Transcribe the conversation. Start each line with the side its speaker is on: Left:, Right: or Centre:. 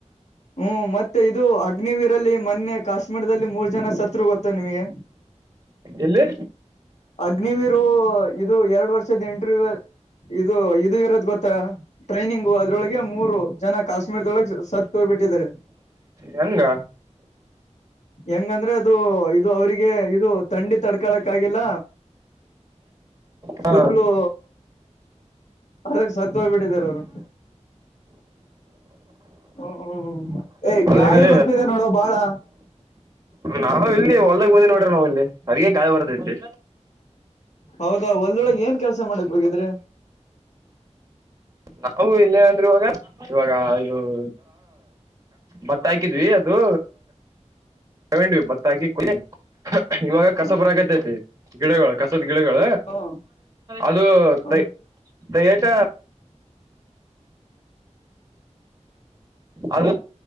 Left: ಹ್ಮ್ ಮತ್ತೆ ಇದು ಅಗ್ನಿವೀರಲ್ಲಿ ಮನ್ನೆ ಕಾಶ್ಮೀರದಲ್ಲಿ ಮೂರ್ ಜನ ಸತ್ರು ಗೊತ್ತ ನಿಮಗೆ. <inaudible>
Right: ಎಲ್ಲಿ.
Left: ಅಗ್ನಿವೀರು ಇದು ಎರಡ್ ವರ್ಷದ ಇಂಟರ್ವ್ಯೂ ಅಲ್ಲಿ. ಇದು ಇದು ಇರೋದ್ ಗೊತ್ತಾ ಟ್ರೈನಿಂಗ್ ಅದ್ರೊಳಗೆ ಮೂರು ಜನ ಕಾಶ್ಮೀರದೊಳಗೆ ಸತ್. ತೋಬಿಟ್ಟಿದಿದ್ದಾರೆ.
Right: ಹೆಂಗ.
Left: ಹೆಂಗಂದ್ರೆ ಅದು ಇದು. ಇದು ಅವರಿಗೆ ಇದು ತಂಡಿ ತಡ್ಕಳಕ್ ಆಗಿಲ್ಲ.
Right: ಹಾ
Left: ಫುಲ್ಲು ಅದಕ್ ಸತ್ ಹೋಗ್ಬಿಟ್ಟಿದಿದ್ದಾರೆ ಅವರು. ಹ್ಮ್ ಎಯ್
Right: ಅದ್ರೀ
Left: ಗಾಳಿ ಬರ್ತಿದೆ ನೋಡೋ ಬಾಳಾ.
Right: ನಾವು ಇಲ್ಲಿ ಹೊಲದಾಗ್ ಬಂದಿವಿ ನೋಡ್ರಿ ನಾವ್ ಇಲ್ಲಿ ಅದಕೆ ಗಾಳಿ ಬರ್ತೈತಿ.
Left: ಹೌದಾ ಹೊಲದೊಳಗೆ ಏನ್ ಕೆಲ್ಸ ಮಾಡಕ್ ಹೋಗಿದ್ರಿ.
Right: ನಾವು ಇಲ್ಲೇ ಅಂದ್ರೆ ಇವಾಗ. ಇವಾಗ ಇವ್ ಬತ್ತಾ ಹಾಕಿದ್ವಿ ಅದು. ತಗೊಂಡ್ವಿ ಬತ್ತಾ ಹಾಕಿ ಕುಯ್. ಇವಾಗ ಕಸಾ
Left: ಹ್ಮ
Right: ಬರಾಕತತಿ ಗಿಡಗಳ ಕಸದ ಗಿಡಗಳ.
Left: ಹ್ಮ
Right: ಅದು
Left: ಹ್ಮ
Right: ತ ತಯೇಟ. ಅದು.